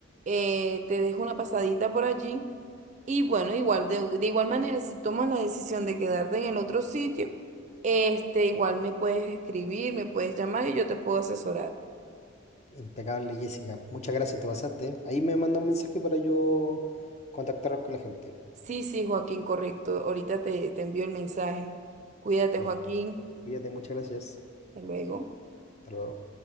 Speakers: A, on the right (about 35°); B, on the left (about 35°).
A: eh, te dejo una pasadita por allí. Y bueno, igual de, de igual manera, si tomas la decisión de quedarte en el otro sitio, este, igual me puedes escribir, me puedes llamar y yo te puedo asesorar.
B: Impecable, Jessica. Muchas gracias, te pasaste. Ahí me manda un mensaje para yo contactar con la gente.
A: Sí, sí, Joaquín, correcto. Ahorita te, te envío el mensaje. Cuídate,
B: Ya.
A: Joaquín.
B: Cuídate, muchas gracias.
A: Hasta luego.
B: Hasta luego.